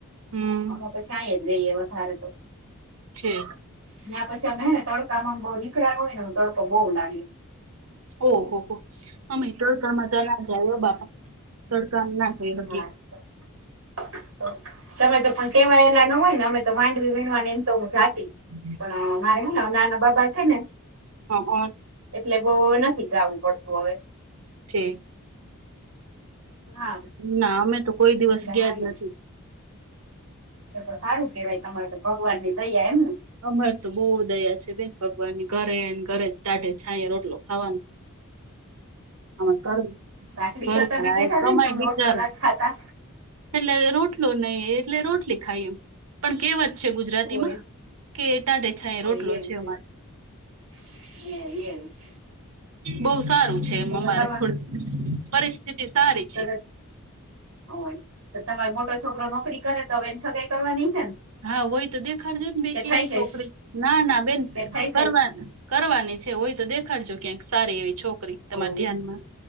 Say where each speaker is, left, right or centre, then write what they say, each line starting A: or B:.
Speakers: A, on the right; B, on the right.
A: હમ
B: હા પછી તો અહીંયા જ રઈએ વધારે તો.
A: છે.
B: ન્યા પછી અમે હે ને તડકામાં બહુ નીકળ્યા હોય ને તડકો બહુ લાગે.
A: ઓહો હો અમે તડકામાં તો ના જાય હો બાપા તડકામાં ના
B: <unintelligible>
A: જઈ હકીએ
B: તમે તો પણ ટેવાયેલા ન હોય ને અમે તો માંડવી વીણવા ને એમ તો હું જાતી.
A: <unintelligible>
B: પણ મારે હે ને નાના બાબા છે ને
A: હ અ
B: એટલે બઉ હવે નથી જાવું પડતું હવે.
A: ઠીક
B: હા
A: ના અમે તો કોઈ દિવસ
B: એટલે
A: ગયા
B: હાલ
A: જ નથી.
B: તો તો સારૂ કેવાય તમારેતો ભગવાનની દયા એમ
A: અમારેતો બહુ દયા છે બેન ભગવાનની ઘરે ને ઘરે ટાઢે છાંયે રોટલો ખાવાનો. હા
B: કાકડી તો તમે કેતા
A: <unintelligible>
B: હતા
A: કમાય
B: ને કે અમે
A: બિચારા
B: રોટલો નથી ખાતા
A: એટલે રોટલો નહી એટલે રોટલી ખાઈએ પણ કહેવત છે ગુજરાતીમાં
B: હોય
A: કે ટાઢે છાંયે
B: તો
A: રોટલો
B: એવું
A: છે અમારે.
B: <unintelligible>
A: બહું સારું છે એમ
B: તો
A: અમારે
B: તમે
A: થોડું પરિસ્થિતિ સારી
B: તો
A: છે.
B: હોય તો તમારો મોટો છોકરો નોકરી કરે તો હવે એની સગાઈ કરવાની હશે ને?
A: હા હોય તો દેખાડજો ને બેન
B: કે
A: ક્યાંક
B: થઈ ગઈ
A: છોકરી નાના બેન
B: કે થઈ ગઈ
A: કરવાના કરવાની છે હોય તો દેખાડજો ક્યાંક સારી એવી છોકરી
B: ઓય
A: તમારા ધ્યાનમાં